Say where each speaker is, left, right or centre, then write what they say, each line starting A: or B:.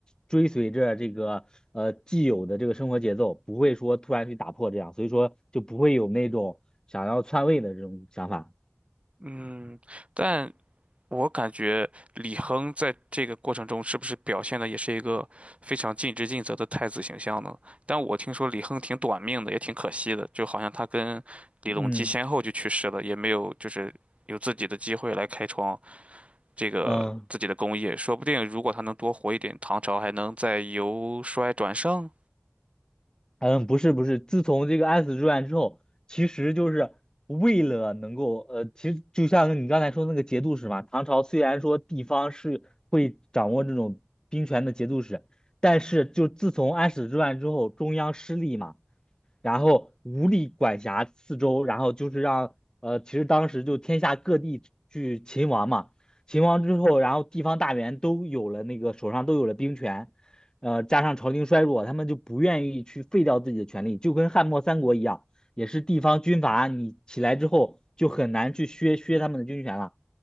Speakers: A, on the left; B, on the right.
A: 追随着这个呃既有的这个生活节奏，不会说突然去打破这样，所以说就不会有那种想要篡位的这种想法，
B: 嗯，但我感觉李亨在这个过程中是不是表现的也是一个非常尽职尽责的太子形象呢？但我听说李亨挺短命的，也挺可惜的，就好像他跟李隆基先后就去世了，
A: 嗯
B: 也没有就是有自己的机会来开创这个自己的功业。
A: 嗯。
B: 说不定如果他能多活一点，唐朝还能再由衰转盛。
A: 嗯，不是不是，自从这个安史之乱之后，其实就是为了能够，呃，其实就像你刚才说那个节度使嘛，唐朝虽然说地方是会掌握这种兵权的节度使，但是就自从安史之乱之后，中央失利嘛，然后无力管辖四周，然后就是让呃，其实当时就天下各地去勤王嘛，秦王之后，然后地方大员都有了那个手上都有了兵权，呃，加上朝廷衰弱，他们就不愿意去废掉自己的权利，就跟汉末三国一样，也是地方军阀你起来之后就很难去削削他们的军权了，